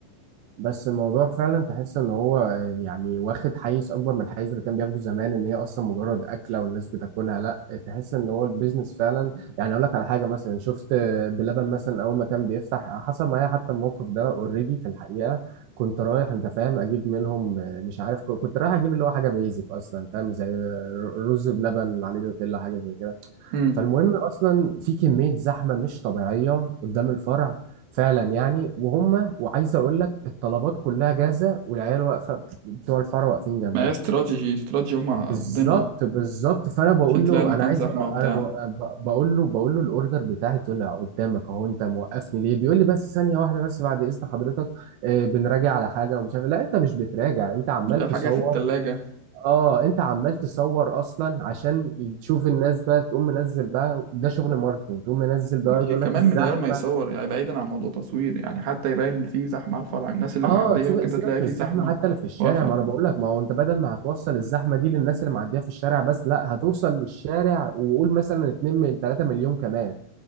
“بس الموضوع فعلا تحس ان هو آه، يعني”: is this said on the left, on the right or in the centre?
Right